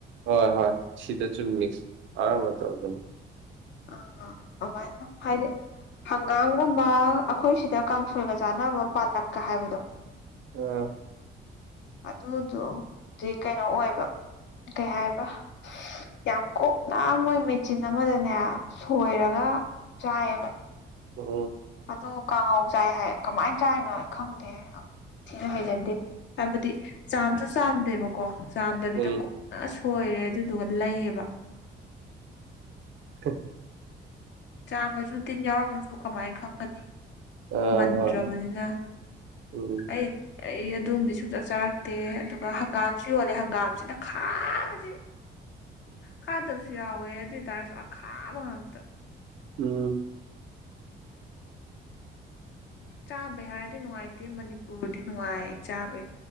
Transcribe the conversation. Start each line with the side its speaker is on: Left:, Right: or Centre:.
Right: ꯍꯣꯏ ꯍꯣꯏ ꯁꯤꯗꯁꯨꯨ ꯃꯤꯛꯁ ꯑꯅꯝꯕ ꯇꯧꯒꯅꯤ
Left: ꯑꯥ ꯑꯗꯨꯃꯥꯏꯅꯥ ꯍꯥꯏꯗꯤ ꯍꯪꯒꯥꯝꯒꯨꯝꯕ ꯑꯩꯈꯣꯏ ꯁꯤꯗ ꯀꯥꯡꯁꯣꯏꯒ ꯆꯥꯅꯕ ꯄꯥꯜꯂꯛꯀ ꯍꯥꯏꯕꯗꯣ
Right: ꯑ
Left: ꯑꯗꯨꯗꯣꯗꯤ ꯀꯩꯅꯣ ꯑꯣꯏꯕ ꯀꯩ ꯍꯥꯏꯕ ꯌꯥꯝ ꯀꯨꯞꯅ ꯃꯣꯏ ꯃꯦꯆꯤꯟ ꯑꯃꯗꯅꯦ ꯁꯣꯏꯔꯒ ꯆꯥꯏꯌꯦꯕ
Right: ꯑꯣ
Left: ꯑꯗꯨ ꯀꯥꯡꯍꯧ ꯆꯥꯏ ꯍꯥꯏ ꯀꯃꯥꯏꯅ ꯆꯥꯏꯅꯣ ꯈꯪꯗꯦ ꯊꯤꯅ ꯍꯩꯩꯅꯗꯦ ꯍꯥꯏꯕꯗꯤ ꯆꯥꯝꯁꯨ ꯆꯥꯝꯗꯦꯕ ꯀꯣ ꯆꯥꯝꯗꯕꯤꯗ
Right: ꯎꯝ
Left: ꯀꯨꯞꯅ ꯁꯣꯏꯔꯦ ꯑꯗꯨꯗꯨꯒ ꯂꯩꯌꯦꯕ
Right: ꯇ
Left: ꯆꯥꯝꯃꯁꯨ ꯇꯤꯟ ꯌꯥꯎꯔꯝꯃꯁꯨ ꯀꯃꯥꯏꯅ ꯈꯪꯒꯅꯤ
Right: ꯑ
Left: ꯃꯟꯗ꯭ꯔꯕꯅꯤꯅ
Right: ꯍꯣꯏ ꯎꯝ
Left: ꯑꯩ ꯑꯩ ꯑꯗꯨꯗꯣꯝꯗꯤ ꯁꯨꯡꯆꯥꯆꯔꯛꯇꯦ ꯑꯗꯨꯒ ꯍꯪꯒꯥꯝꯁꯨ ꯌꯣꯜꯂꯦ ꯍꯪꯒꯥꯝꯁꯤꯅ ꯈꯥ ꯈꯥꯕꯁꯦ ꯈꯥꯗꯕꯁꯨ ꯌꯥꯎꯋꯦ ꯑꯗꯨ ꯑꯣꯏꯇꯥꯔꯁꯨ ꯑꯈꯥꯕ ꯉꯥꯛꯇ
Right: ꯎꯝ
Left: ꯆꯥꯕꯩ ꯍꯥꯏꯔꯗꯤ ꯅꯨꯡꯉꯥꯏꯇꯦ ꯃꯅꯤꯄꯨꯔꯗꯤ ꯅꯨꯡꯉꯥꯏ ꯆꯥꯕꯩ